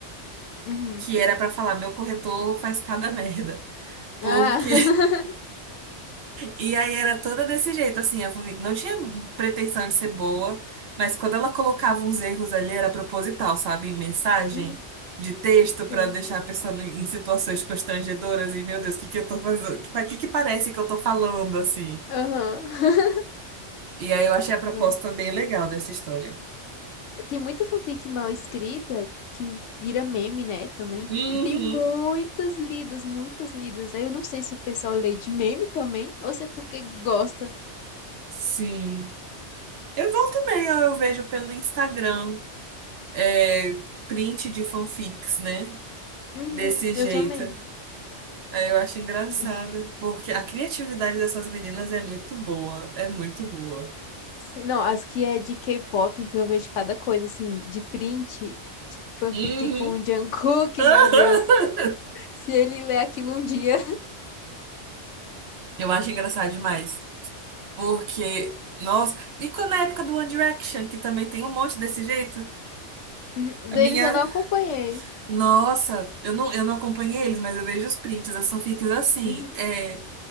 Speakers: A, on the left; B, on the right.
A: Uhum.
B: Que era pra falar, meu corretor faz cada <laughs> merda. Porque
A: Ah, <laughs>
B: E aí era toda desse jeito, assim, a Furvik não tinha pretensão de ser boa, mas quando ela colocava uns erros ali era proposital, sabe? Em Mensagem
A: Uhum.
B: de texto pra
A: sim.
B: deixar a pessoa em em situações constrangedoras e, meu Deus, o que que eu tô fazendo? Pra que que parece que eu tô falando, assim?
A: Aham. <laughs>
B: E aí eu achei a proposta
A: Nossa.
B: bem legal dessa história.
A: Tem muita fanfic mal escrita que vira meme, né, também.
B: Uhum.
A: Tipo, e tem muitas lidas, muitas lidas. Aí eu não sei se o pessoal lê de meme também ou se é porque gosta.
B: Sim. Eu volto e meia, eu vejo pelo Instagram, é, print de fanfics, né?
A: Uhum,
B: Desse
A: eu
B: jeito.
A: também.
B: Aí eu acho engraçado,
A: Sim. <laughs>
B: porque a criatividade dessas meninas é muito boa, é muito boa.
A: Sim, Não, as que é de K-pop, então eu vejo cada coisa, assim, de print, de fanfic
B: Uhum.
A: com o Jungkook,
B: <laughs>
A: meu Deus. Se ele ler aquilo um dia.
B: Eu acho engraçado demais, porque, nossa, e quando é a época do One Direction, que também tem um monte desse jeito?
A: Uhum, Deles
B: A minha,
A: eu não acompanhei.
B: nossa, eu não, eu não acompanhei eles, mas eu vejo os prints, as fanfics assim,
A: Uhum.
B: é